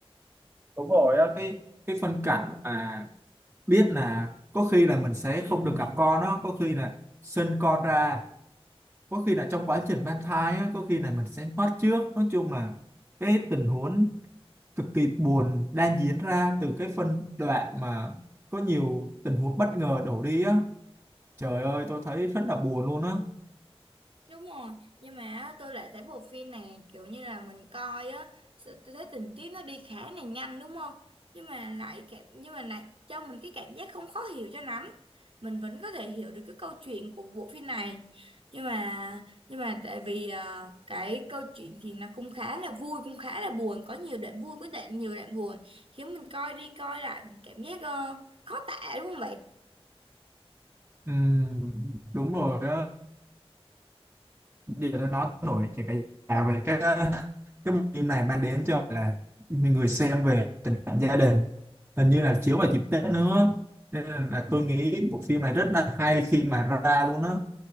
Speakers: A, on the right (about 20°); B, on the right (about 65°).
A: đúng rồi á, cái cái phân cảnh mà biết là có khi là mình sẽ không được gặp con đó có khi là sinh con ra có khi là trong quá trình mang thai á, có khi là mình sẽ mất trước nói chung là cái tình huống cực kỳ buồn đang diễn ra từ cái phân đoạn mà có nhiều tình huống bất ngờ đổ đi á trời ơi tôi thấy rất là buồn luôn á
B: Đúng rồi, nhưng mà á, tôi lại thấy bộ phim này kiểu như là mình coi á, sự- tôi thấy tình tiết nó đi khá là nhanh đúng không? Nhưng mà lại cảm, nhưng mà lại cho mình cái cảm giác không khó hiểu cho lắm. Mình vẫn có thể hiểu được cái câu chuyện của bộ phim này. Nhưng mà nhưng mà tại vì ờ, cái câu chuyện thì nó cũng khá là vui, cũng khá là buồn, có nhiều đoạn vui, có đoạn nhiều đoạn buồn, khiến mình coi đi coi lại mình cảm giác ờ, khó tả đúng không vậy?
A: Ừm, đúng rồi á. Điều đó nó nổi cái cái à, về cái, cái bộ phim này mang đến cho, là, người xem về tình cảm gia đình, hình như là chiếu vào dịp Tết nữa, nên là tôi nghĩ bộ phim này rất là hay khi mà ra luôn á.